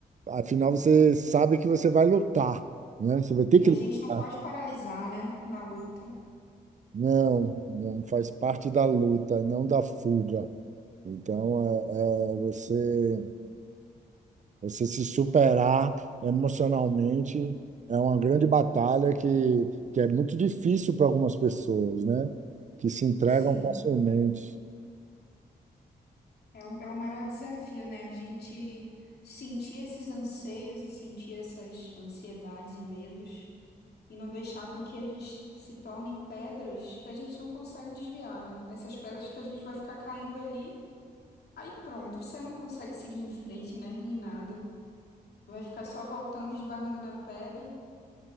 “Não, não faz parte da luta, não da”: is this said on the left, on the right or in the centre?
Right